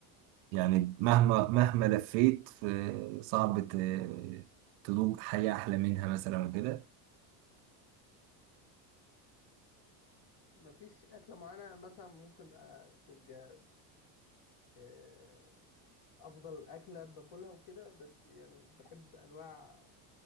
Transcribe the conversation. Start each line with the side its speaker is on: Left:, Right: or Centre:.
Right: يعني مهما مهما لفيت في صعب ت... تدوق حياة احلى منها مثلا وكده
Left: مفيش أكلة معينة مثلا ممكن آه، تبقى آه، أفضل أكلة باكلها وكده بس يعني بحب أنواع